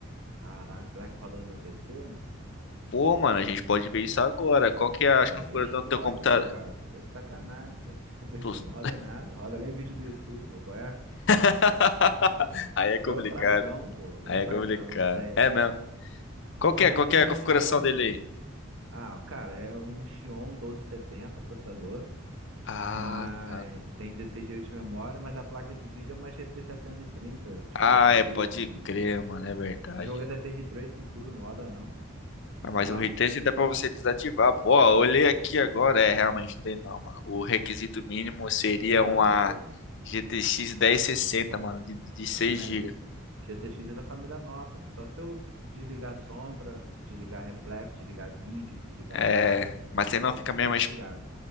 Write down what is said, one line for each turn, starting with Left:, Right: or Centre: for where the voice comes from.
Right: Caraca, será que roda no meu PC, mano?
Left: Pô, mano, a gente pode ver isso agora. Qual que é
Right: E
Left: as
Right: aí
Left: configurações
Right: explode,
Left: do teu computador?
Right: né, cara? Tô de sacanagem, pô. <laughs> Meu PC
Left: Tu-
Right: não roda nada, roda nem vídeo do YouTube, pô. Qual é?
Left: <laughs> Aí
Right: O
Left: é complicado.
Right: meu é fracão, pô, o meu
Left: Aí
Right: é
Left: é
Right: fracão,
Left: complicado.
Right: sério.
Left: É mesmo. Qual
Right: Pô, mas
Left: que é,
Right: eu
Left: qual
Right: vi
Left: que
Right: umas
Left: é a configuração
Right: imagens.
Left: dele
Right: Ah, cara, é um Xeon 1270 processador.
Left: Ah,
Right: Mas
Left: tá.
Right: tem 16 gigas de memória, mas a placa de vídeo é uma GT 730 de
Left: Ah,
Right: 4
Left: é,
Right: gigas.
Left: pode
Right: No...
Left: crer, mano, é verdade.
Right: Esse jogo deve ter ray tracing em tudo, não roda não.
Left: Ah, Mas
Right: Não é não?
Left: o retrace dá pra você desativar. Pô, ó, eu olhei aqui agora, é, realmente não tem não, mano. O requisito mínimo seria
Right: É,
Left: uma
Right: pô.
Left: GTX 1060, mano, de, de 6
Right: Tá vendo
Left: GB.
Right: aí? GTX é da família nova. Só se eu desligar sombra, desligar reflexo, desligar vídeo, desligar
Left: É,
Right: imagem,
Left: mas
Right: deixar
Left: aí não fica
Right: o PC
Left: a mesma,
Right: desligado.
Left: ex-